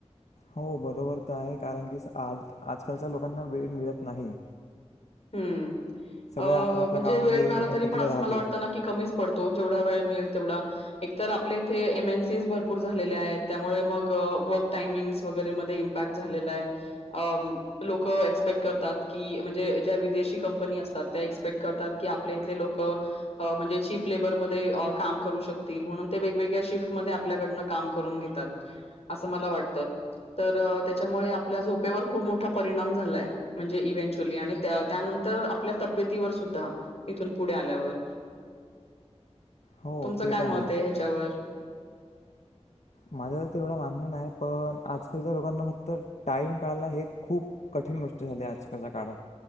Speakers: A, on the left; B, on the left.
A: हो बरोबर त आहे कारण की आ आज आजकालच्या लोकांना वेळ मिळत नाही.
B: हम्म
A: सगळ्या
B: अ
A: आपल्या आपल्या
B: म्हणजे
A: कामामध्ये
B: वेळ मिळाला तरी
A: अटकले
B: पण असं
A: राहते
B: मला वाटतं ना की कमीच पडतो, जेवढा वेळ मिळेल तेवढा एक आपल्या इथे एम एन सीज भरपूर झालेल्या आहेत त्यामुळे मग वर्क टाईमिग्स वगैरे मध्ये इमपॅक्ट झालेलं आहे. अम्म लोकं एक्सपेक्ट करतात की म्हणजे ज्या विदेशी कंपनी असतात त्या एक्सपेक्ट करतात की आपल्या इथले लोकं अ म्हणजे चीप लेबरमध्ये अ काम करू शकतील म्हणून ते वेगवेगळ्या शिफ्टमध्ये आपल्याकडनं काम करून घेतात, असं मला वाटत तर त्याच्यामुळे आपल्या झोपेवर खूप मोठा परिणाम झालाय म्हणजे इव्हेंचुली आणि त्या त्यानंतर आपल्या तब्येतीवर सुद्धा इथून पुढे आल्यावर.
A: हो
B: तुमचं
A: ते
B: काय मत
A: पण
B: आहे ह्याच्यावर?
A: माझं तर तेवढं मानणं नाही पण आजकालच्या लोकांना फक्त टाईम काढायला हे खूप कठीण गोष्ट झाली आजकालच्या काळात